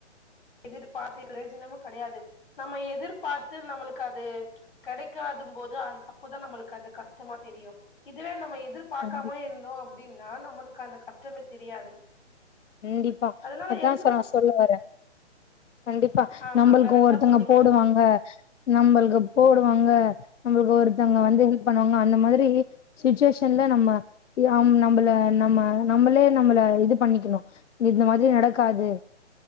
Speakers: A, on the left (about 50°); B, on the left (about 90°).
A: எதிர்பார்த்து பிரோஜனமும் கிடையாது நம்ம எதிர்ப் பாத்து நம்மளுக்கு அது கடைக்காதும் போது அப்போதா நம்மளுக்கு அது கஷ்டமா தெரியு இது இதுவே நம்ம எதிர்பார்க்காம
B: கண்டி
A: இருந்தோம் அப்படின்னா நம்மளுக்கு அந்த கஷ்டமே தெரியாது
B: கண்டிப்பா
A: அதனால
B: அதான்
A: எதுக்குதா
B: சார் நா சொல்ல வரே கண்டிப்பா
A: ஆமா
B: நம்மளுக்கு
A: கரெக்டா
B: ஒருத்தங்க
A: சொன்னீங்க
B: போடுவாங்க
A: தோழி
B: நம்மளுக்கு போடுவாங்க நம்மளுக்கு ஒருத் ஒருத்தவங்க வந்து ஹெல்ப் பண்ணுவாங்க அந்த மாதிரி சுச்சுவேஷன்ல நம்ம நம்மள நம்ம நம் நம்மளே நம்மள இது பண்ணிக்கணு இந்த மாதிரி நடக்காது